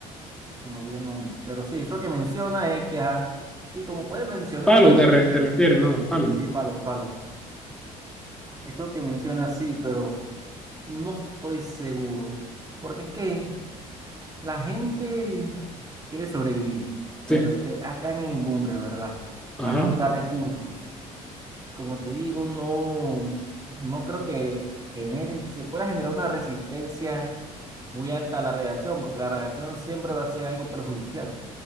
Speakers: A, on the right; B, in the centre.
A: Se me olvidó el nombre. Pero sí, eso que menciona es que, ajá, y como puedes mencionar,
B: Fallout te, re- te refieres, ¿no? Fallout.
A: sí, Fallout, Fallout. Eso que menciona sí, pero no estoy seguro. Porque es que La gente quiere sobrevivir. Bueno,
B: Sí.
A: este, ah, están en el búnker, ¿verdad?
B: Ajá.
A: Van a buscar recursos. Como te digo, no, no creo que genere, se pueda generar una resistencia muy alta a la radiación, porque la radiación siempre va a ser algo perjudicial.